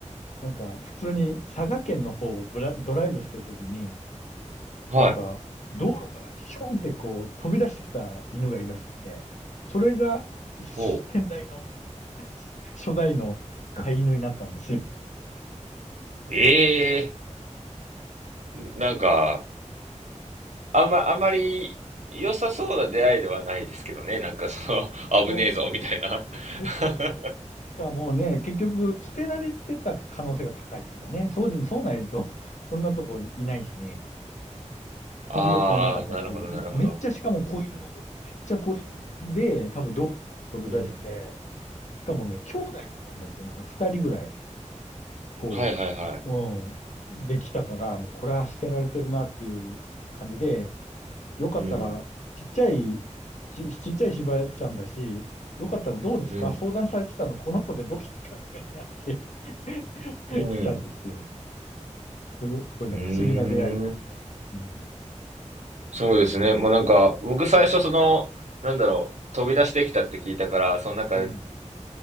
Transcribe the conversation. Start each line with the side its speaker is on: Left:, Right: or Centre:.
Left: なんか、普通に佐賀県の方をブラ、ドライブしてるときに、
Right: はい。
Left: なんか、道路からションってこう飛び出してきた犬がいるらしくて、それが先代の
Right: ほう。
Left: 初代の飼い犬になったんですよ。
Right: ええなんか、あんま、あんまり良さそうな出会いではないですけどね。なんかその、<laughs> 危ねえぞ、
Left: そ
Right: みたいな。
Left: うそうそうそうそしかもね、
Right: <laughs>
Left: 結局、捨てられてた可能性が高いっていうかね、そうで、そうないと、<laughs> そんなとこいないしね、首輪もなかったし、
Right: ああ、なるほど、なるほど。
Left: めっちゃ、しかも子犬の時、めっちゃ子犬で、多分道路から飛び出して、
Right: うん。
Left: しかもね、兄弟でいたんだって、なんか二人ぐらい、こう、
Right: はいはいはい。
Left: うん、できたから、もうこれは捨てられてるなっていう感じで、よかったら、
Right: うん、
Left: ちっちゃい、ち、ちっちゃいしばちゃんだし、よかったらどうですか相談されてたの、
Right: うん、
Left: この子でどうですかみたいになって <laughs>
Right: うん。
Left: 来たんですよ。すごい、すごいなんか不思議な出会いというか。
Right: うーん。
Left: うん。
Right: そうですね。もうなんか、僕最初その、なんだろう、飛び出してきたって聞いたから、そのなんか、
Left: うん。